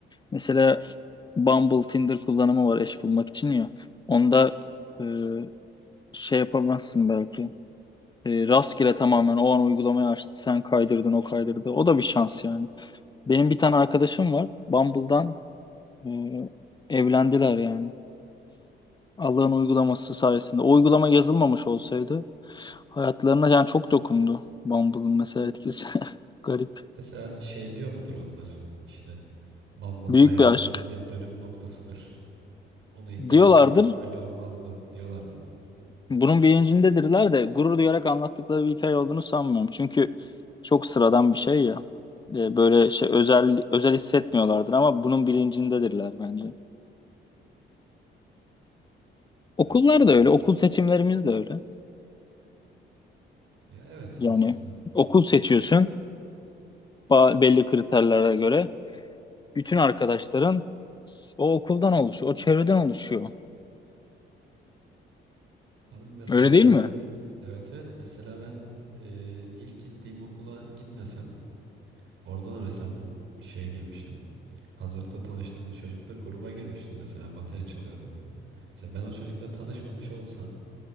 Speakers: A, on the left; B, on the right.
A: Mesela Bumble, Tinder kullanımı var eş bulmak için ya. Onda e, şey yapamazsın belki. E, rastgele tamamen o an uygulamayı açtı, sen kaydırdın, o kaydırdı. O da bir şans yani. Benim bir tane arkadaşım var. Bumble'dan Ee, evlendiler yani. Allah'ın uygulaması sayesinde. O uygulama yazılmamış olsaydı hayatlarına yani çok dokundu Bumble'ın mesela etkisi. <laughs> Garip.
B: Mesela şey diyor mudur onlar? İşte Bumble
A: Büyük
B: hayatımızın
A: bir aşk.
B: bir dönüm noktasıdır. Onu indirmeseydik
A: Diyorlardır.
B: böyle olmazdı diyorlar mıdır?
A: Bunun bilincindedirler de gurur duyarak anlattıkları bir hikaye olduğunu sanmıyorum. Çünkü çok sıradan bir şey ya. Ee, Böyle şey özel özel hissetmiyorlardır ama bunun bilincindedirler bence. Okullar
B: Evet olabilir.
A: da öyle. Okul seçimlerimiz de öyle.
B: Ya evet
A: Yani
B: aslında.
A: okul seçiyorsun ba- belli kriterlere göre. bütün arkadaşların o okuldan oluşuyor, o çevreden oluşuyor.
B: Tabii mesela
A: Öyle değil
B: ben
A: mi?
B: evet evet mesela ben e, ilk gittiğim okula gitmesem orada da mesela bir şeye girmiştim. Hazırda tanıştığım bir çocukla gruba girmiştim mesela bateri çalıyordu. Mesela ben o çocukla tanışmamış olsam